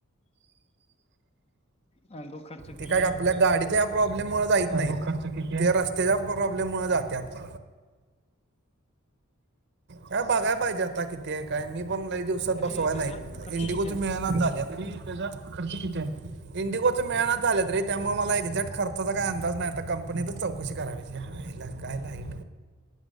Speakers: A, on the left; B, on the right.
A: अ तो खर्च किती
B: ते काय
A: आहे
B: आपल्या गाडीच्या प्रॉब्लेम मुळे जाइत नाहीत. ते रस्त्याच्या प्रॉब्लेम मुळे जातात. काय बघाय पाहिजे आता किती आहे काय, मी पण काही दिवसात
A: तरी
B: बसवाय
A: त्याचा
B: नाही,
A: खर्च
B: इंडिगोच
A: किती आहे
B: मिळना झाल्यात. तरी त्याचा खर्च किती हाय? इंडिगोचं मिळणाच झालंत रे त्यामुळे मला एक्झॅक्ट खर्चाचा काय अंदाज नाय, आता कंपनीतच चौकशी करा तज्या आल्या काय लाईट?